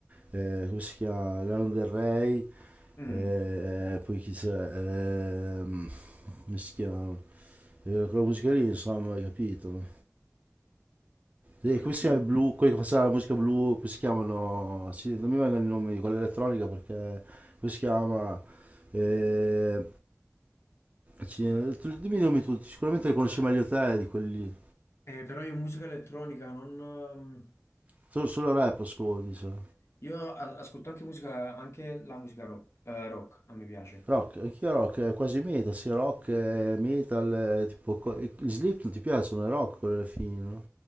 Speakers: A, on the right; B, on the left.
A: eh, come si chiama Lana Del Rey
B: Mm,
A: eh, eh, poi chi c'è Ehm, come si chiama Eh, quella musica lì, insomma, hai capito? E
B: quindi...
A: come si chiama il blu, quelli che faceva la musica blu, come si chiamano? Sì, non mi vengono i nomi di quella elettronica perché come si chiama? Eh, ci- tu- dimmi i nomi tutti, sicuramente li conosci meglio te di quelli.
B: Eh, però io musica elettronica non,
A: Solo, solo rap ascolti, so.
B: Io a- ascolto anche musica, anche la musica rock, eh, rock, a me piace.
A: Rock, anch'io rock, è quasi metal, sì, rock, eh, metal, eh, tipo, co- gli Slip non ti piacciono, è rock quello alla fine, no?